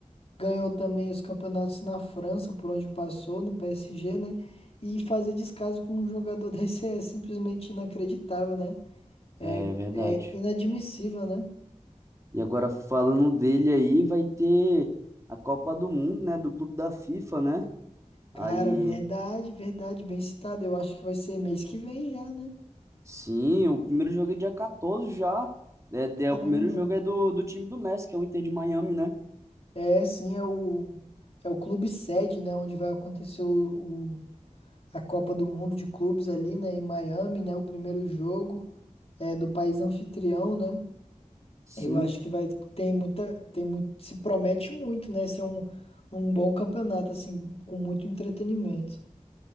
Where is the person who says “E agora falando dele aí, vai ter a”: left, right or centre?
Right